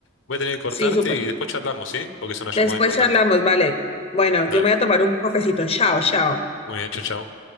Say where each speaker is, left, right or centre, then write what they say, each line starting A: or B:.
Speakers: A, on the left (about 75°); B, on the left (about 30°).
A: voy a tener que cortarte
B: sí, súper.
A: y después charlamos, ¿sí? Porque es una llamada
B: Después
A: importante.
B: charlamos, vale. Bueno,
A: Dale,
B: yo me voy a tomar un cafecito. Chao, chao.
A: muy bien, chao, chao.